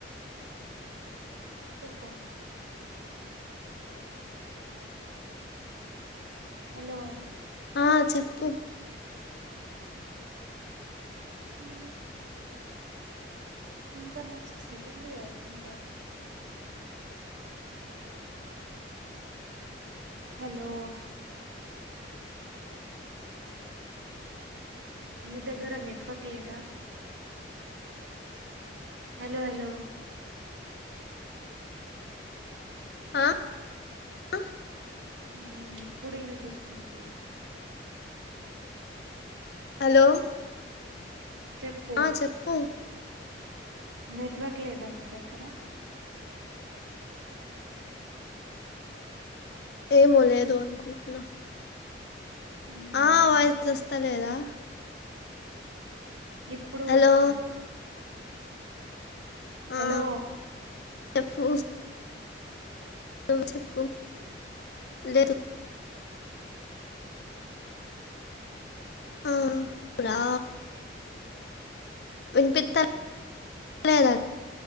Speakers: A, on the right; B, on the left.
A: చెప్
B: <inaudible> <inaudible> <inaudible>
A: హలో
B: ఉ ఆ చెప్పు
A: హ్ ఇంకా next second year inter. Hello మీ దగ్గర నెట్వర్క్ లేదా. హలో హలో
B: ఆ ఆ
A: హ్ ఇప్పుడు వినిపిస్తుంది.
B: హలో
A: చెప్పు
B: ఆ చెప్పు
A: నెట్వర్క్ లేదా మీ దగ్గర?
B: ఏమో లేదు అనుకుంటున్నా.
A: ఉమ్,
B: ఆ వాయిస్ వస్తా లేదా?
A: ఇప్పుడు
B: హలో
A: వస్తుంది. హలో
B: ఆ చెప్పు నువ్వు చెప్పు లేదు ఆ ప్రా వినిపిత్త లేదా